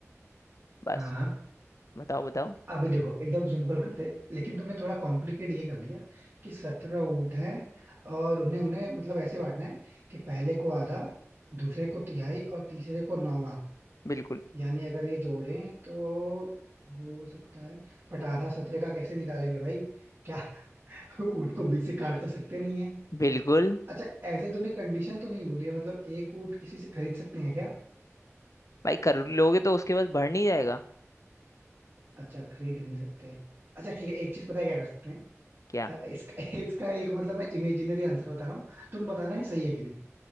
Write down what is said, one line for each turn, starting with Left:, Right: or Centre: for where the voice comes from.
Left: बस
Right: हाँ हाँ
Left: बताओ बताओ
Right: अभी देखो एकदम सिंपल करते लेकिन तुमने थोड़ा कॉम्प्लिकेट ये कर दिया कि सत्रह ऊँट है और उन्हें उन्हें मतलब ऐसे बांटना है कि पहले को आधा दूसरे को तिहाई और तीसरे को नौवां
Left: बिल्कुल
Right: यानी अगर ये जोड़ें तो हो सकता है बट आधा सत्रह का कैसे निकालेंगे भाई क्या <laughs> ऊँट को बीच से काट तो सकते नहीं है
Left: बिल्कुल
Right: अच्छा ऐसे तुमने कंडीशन तो नहीं बोली है मतलब एक ऊँट किसी से खरीद सकते हैं क्या
Left: भाई कर लोगे तो उसके पास बढ़ नहीं जाएगा
Right: अच्छा खरीद नहीं सकते अच्छा ठीक है एक चीज पता है क्या कर सकते हैं
Left: क्या
Right: अ, इसका <laughs> इसका एक मतलब मैं इमेजिनरी आंसर बता रहा हूँ तुम बताना ये सही है कि नहीं